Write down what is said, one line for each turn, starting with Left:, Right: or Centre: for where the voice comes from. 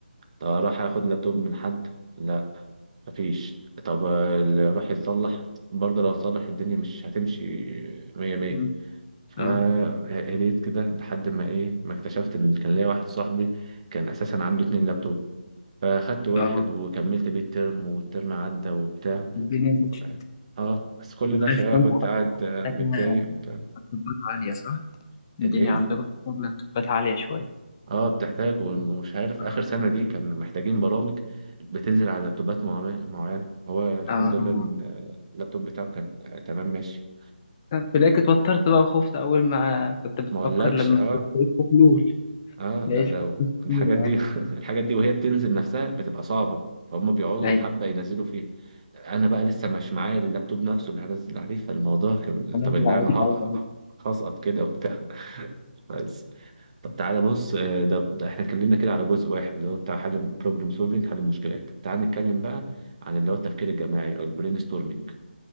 Right: طب اروح اخد لابتوب من حد لا مفيش طب آه، اللي راح يتصلح برضه لو اتصلح الدنيا مش هتمشي مية مية
Left: اه
Right: فهديت
Left: اه
Right: كده لحد ما ايه ما اكتشفت ان كان ليا واحد صاحبي كان اساسا عنده اتنين لابتوب فاخدت واحد
Left: آه.
Right: وكملت بيه الترم والترم عدى وبتاع
Left: الدنيا
Right: و-
Left: مش
Right: اه بس كل
Left: أنا
Right: ده شغال
Left: عارف إن
Right: كنت
Left: انت حضرتك
Right: قاعد
Left: محتاجة
Right: آه، متضايق بتاع
Left: لابتوبات عالية صح؟ الدنيا
Right: الايه
Left: عندكم محتاجة لابتوبات عالية شوية
Right: اه بتحتاج ومش عارف
Left: اه
Right: اخر سنه دي كان محتاجين برامج بتنزل على لابتوبات معينه معينة. هو الحمد
Left: آه.
Right: لله ان اللابتوب بتاعه كان آه، تمام ماشي
Left: تلاقيك اتوترت بقى وخفت أول ما كنت بتفكر
Right: ما اقولكش
Left: لما
Right: اه
Left: لقيت في حلول
Right: اه
Left: لقيت
Right: ده ده
Left: في حلول
Right: الحاجات
Left: كتيرة
Right: دي
Left: يعني
Right: <laughs> الحاجات دي وهي بتنزل نفسها بتبقى صعبة فهم بيقعدوا
Left: أيوه
Right: حبة ينزلوا فيها انا بقى لسه مش معايا اللابتوب نفسه اللي هنزل عليه فالموضوع كان
Left: هنزل
Right: طب يا جدعان
Left: على الحاجة
Right: انا ه-
Left: دي.
Right: هسقط كده وبتاع <laughs> بس طب تعالى بص آه، ده, ده احنا اتكلمنا كده على جزء واحد اللي هو بتاع حل بروبلم سولفنج حل المشكلات تعال نتكلم بقى عن اللي هو التفكير الجماعي او البرين ستورمنج